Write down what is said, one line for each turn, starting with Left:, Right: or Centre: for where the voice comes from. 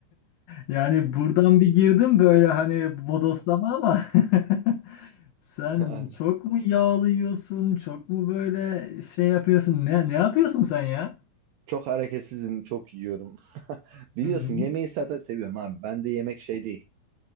Left: yani buradan bir girdim böyle hani bodoslama ama
Right: <laughs>
Left: <laughs> sen
Right: Ay,
Left: çok mu yağlı yiyorsun çok mu böyle şey yapıyorsun ne ne yapıyorsun sen ya?
Right: Çok hareketsizim, çok yiyorum. <laughs> Biliyorsun
Left: Hı hı.
Right: yemeği zaten seviyorum abi. Ben de yemek şey değil.